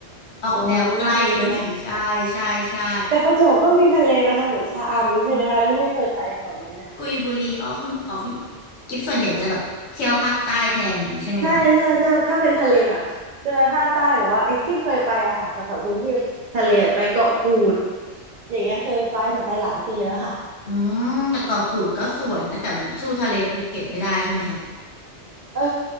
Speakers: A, on the left; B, on the right.
A: ออกแนวใกล้เลย
B: อ๋อประจวบ
A: <laughs> ใช่ใช่ใช่
B: แต่ประจวบก็มีทะเลนะคะเหมือนชะอำใช่ไหมคะอันนี้ไม่เคยไปแถวนั้นเลยค่ะ
A: กุยบุรีอ๋อคุณอ๋อคุณกิฟส่วนใหญ่จะแบบเที่ยวภาคใต้แทนอย่างนี้ใช่ไหมคะ
B: ใช่ใช่เที่ยวถ้าเป็นทะเลแบบจะไปภาคใต้หรือว่าไอ้ที่เคยไปอะค่ะแถวแถวกรุงเทพทะเลอะไปเกาะกูด อย่างเงี้ยเคยไปแต่ไปหลายปีแล้วค่ะ
A: อืมแต่เกาะกูดก็สวยนะแต่มันสู้ทะเลภูเก็ตไม่ได้ใช่ไหมคะ
B: เออ